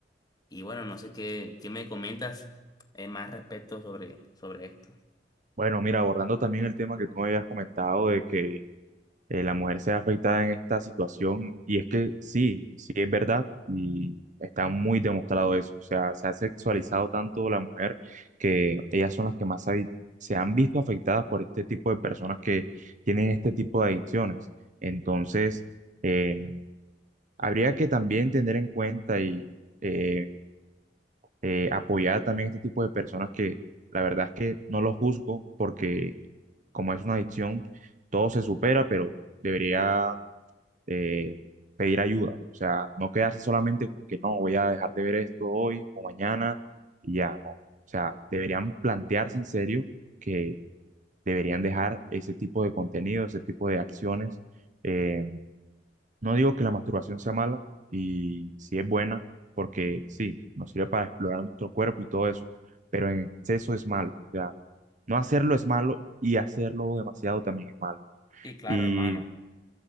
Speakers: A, on the left (about 20°); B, on the right (about 45°).
A: Y bueno, no sé qué, qué me comentas eh, más respecto sobre, sobre esto.
B: Bueno, mira, abordando también el tema que tú me habías comentado de que eh, la mujer sea afectada en esta situación, y es que sí, sí es verdad, y está muy demostrado eso. O sea, se ha sexualizado tanto la mujer que ellas son las que más habi- se han visto afectadas por este tipo de personas que tienen este tipo de adicciones. Entonces, eh, habría que también tener en cuenta y eh, eh, apoyar también a este tipo de personas que la verdad es que no los juzgo porque como es una adicción, todo se supera, pero debería eh, pedir ayuda. O sea, no quedarse solamente con que no, voy a dejar de ver esto hoy o mañana y ya no. O sea, deberían plantearse en serio que deberían dejar ese tipo de contenido, ese tipo de acciones eh, no digo que la masturbación sea mala y si es buena, porque sí, nos sirve para explorar nuestro cuerpo y todo eso, pero en exceso es malo. O sea, no hacerlo es malo y hacerlo demasiado también es malo.
A: Sí, claro,
B: Y,
A: hermano.